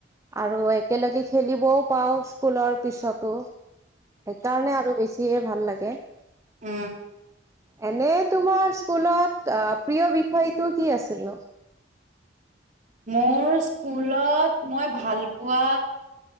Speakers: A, on the right; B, on the right.
A: আৰু একেলগে খেলিবও পাও স্কুলৰ পিছতো সেইকাৰণে আৰু বেছি চিয়ে ভাল লাগে
B: উ
A: এনে তোমাৰ স্কুলত আহ প্ৰিয় বিষয়টো কি আছিল নো?
B: মোৰ স্কুলত মই ভাল পোৱা